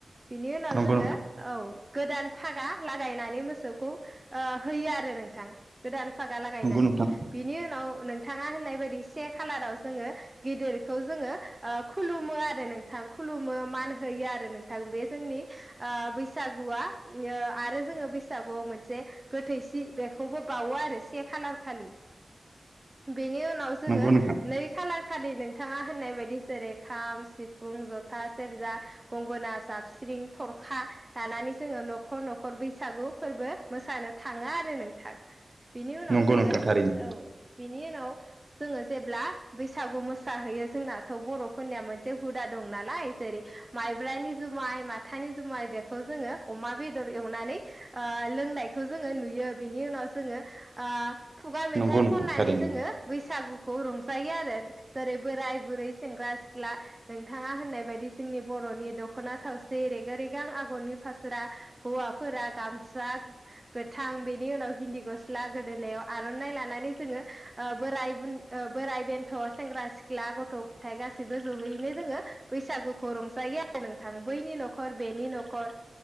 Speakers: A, on the right; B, on the right.
A: बिनि उनाव
B: नंगौ
A: जोङो
B: नोंथां
A: औ गोदान फागा लागायनानै मोसौखौ ओ होयो आरो नोंथां गोदान फागा लागायनानै
B: नंगौ नोंथां
A: बिनि उनाव नोंथाङा होननाय बायदि से कालाराव जोङो गिदिरखौ जोङो ओ खुलुमो आरो नोंथां खुलुमो मान होयो आरो नों बे जोंनि बैसागुआ आरो जोङो बैसागुआव मोनसे गोथै सि बेखौबो बावो आरो से खालार खालि बेनि उनाव जोङो
B: नंगौ नोंथां
A: नै खालार खालि नोंथाङा होननाय बायदि जेरै खाम, सिफुं, जथा, सेरजा, गंगना जाबस्रिं, थरखा लानानै जोङो न'खर न'खर बैसागु फोरबो मोसानो थाङो आरो नोंथां बिनि उनाव
B: नंगौ
A: जोङो
B: नोंथां थारैनो
A: औ बिनि उनाव जोङो जेब्ला बैसागु मोसाहैयो जोंनाथ' बर'फोरनिया मोनसे हुदा दं नालाय जेरै माइब्रानि जुमाय माथानि जुमाय बेखौ जोङो अमा बेदर बेदर एवनानै ओ लोंनायखौ जोङो नुयो बेनि उनाव जोङो ओ खुगा मेथाइ
B: नंगौ नोंथां
A: खननानै
B: थारैनो
A: जोङो बै बैसागुखौ रंजायो आरो जेरै बोराय बुरै सेंग्रा सिख्ला नोंथाङा होननाय बायदिसि जोंनि बर'नि द- द'खना थावसि रेगे रेगां आगरनि फास्रा हौवाफोरा गामसा गोथां बेनि उनाव गेन्दि गसाला गोदोनायाव आर'नाय लानानै जोंङो ओ बोराय बुन ओ बोराय बेन्थ' सेंग्रा सिख्ला गथ' गथाय गासैबो जहैयैनो जोङो बैसागुखौ रंजायो । नोंथां बैनि न'खर बेनि न'खर